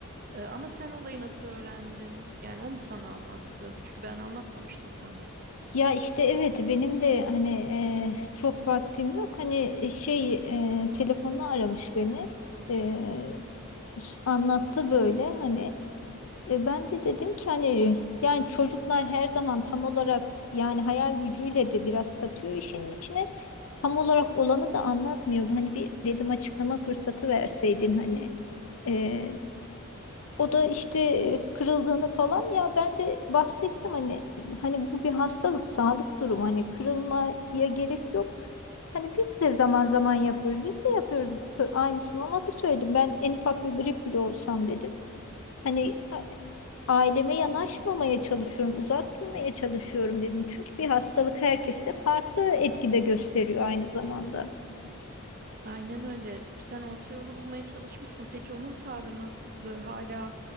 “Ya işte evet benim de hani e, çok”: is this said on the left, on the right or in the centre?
Left